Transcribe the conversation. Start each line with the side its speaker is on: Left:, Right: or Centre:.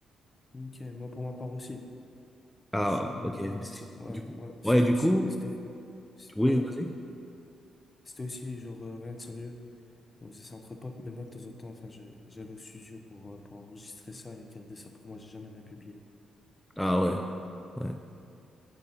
Left: mm. Ok, moi pour ma part aussi.
Centre: Ah,
Left: Je- Mais
Centre: ok.
Left: moi,
Centre: si.
Left: ouais,
Centre: Du coup,
Left: moi, c'était
Centre: ouais, du
Left: aussi,
Centre: coup,
Left: c'était, c'est-
Centre: oui,
Left: ouais,
Centre: vas-y.
Left: c'était aussi genre euh, rien de sérieux. On faisait ça entre potes, mais moi de temps en temps, enfin, je- j'allais au studio pour, euh, pour enregistrer ça et garder ça pour moi, j'ai jamais rien publié.
Centre: Ah, ouais, ouais,